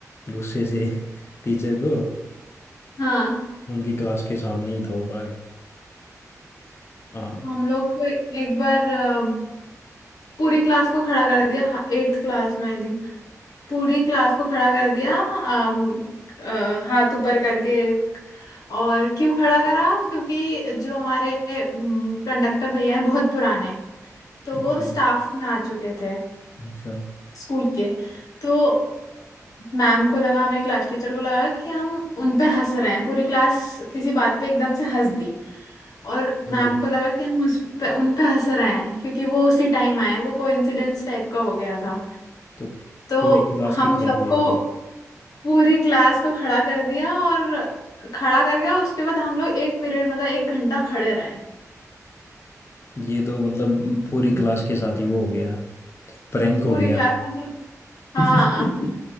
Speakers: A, on the left (about 45°); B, on the left (about 80°).
A: गुस्से से <laughs> टीचर को
B: हाँ
A: उनकी क्लास के सामने ही था वो पार्क हाँ
B: हम लोग को एक बार अ, पूरी क्लास को खड़ा कर दिया एट्थ क्लास में आई पूरी क्लास को खड़ा कर दिया आम, अ, हाथ ऊपर करके और क्यों खड़ा करा क्योंकि जो हमारे कंडक्टर भैया हैं बहुत पुराने हैं तो
A: अच्छा
B: वो स्टाफ में आ चुके थे
A: अच्छा
B: स्कूल के तो मैम को लगा हमारी क्लास टीचर को लगा कि हम उन पे हंस रहे हैं पूरी क्लास किसी बात पे एकदम से हंस दी और
A: वो
B: मैम को लगा कि हम उस पे उन पे हंस रहे हैं क्योंकि वो उसी टाइम आए वो कोइंसिडेंस टाइप का हो गया था
A: तो
B: तो
A: पूरी क्लास
B: हम
A: की खैर
B: सबको
A: ले दी
B: पूरी क्लास को खड़ा कर दिया और खड़ा कर गया उसके बाद हम लोग एक पीरियड मतलब एक घंटा खड़े रहे
A: ये तो मतलब पूरी क्लास के साथ ही वो हो गया प्रैंक
B: पूरी
A: हो गया
B: क्लास में हम लोग हाँ
A: <laughs>